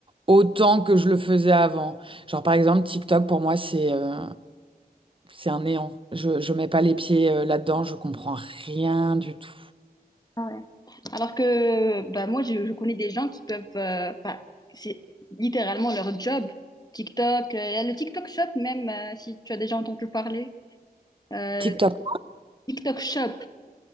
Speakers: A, on the right; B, on the left.
A: autant que je le faisais avant. Genre, par exemple, TikTok, pour moi, c'est euh, c'est un néant. Je, je mets pas les pieds euh, là-dedans, je comprends rien du tout.
B: Ah ouais. Alors que bah, moi, je, je connais des gens qui peuvent, euh, bah, c'est littéralement leur job, TikTok, euh, il y a le TikTok Shop même, euh, si tu as déjà entendu parler. Euh,
A: TikTok,
B: TikTok Shop,